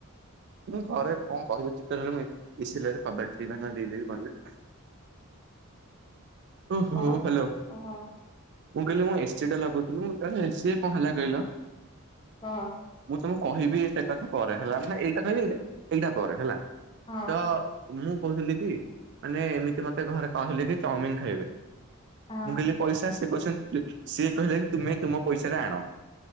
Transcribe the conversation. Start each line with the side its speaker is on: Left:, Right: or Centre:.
Right: ଘରେ କଣ କହିବ <unintelligible> ମିଶିଲେଣୀ ଦେଇଦବି କହିବେ। ଓହୋ
Left: କଣ
Right: ହଲୋ
Left: କହ
Right: ମୁଁ କହିଲି ମୁଁ ଏ ଟା ଲଗାଉଥିଲି ଏସି କଣଲା କହିଲ?
Left: ହଁ।
Right: ମୁଁ ତମକୁ କହିବି ସେ କ ସେ ପରେ ହେଲା ମାନ ଏଇଟା କହିବି ଏଇଟା ପରେ।
Left: ହଁ
Right: ତ ମୁଁ କହୁଥିଲି କି ମାନେ ଏମିତି ମତେ ଘରେ କହିଲି କି ଚାଉମିନ ଖ ଖାଇବେ
Left: ହଁ
Right: ମୁଁ କହିଲି ପଇସା ସେ କହୁଛନ୍ତି ସିଏ କହିଲେ କି ତୁମେ ତୁମ ପଇସାରେ ଆଣ।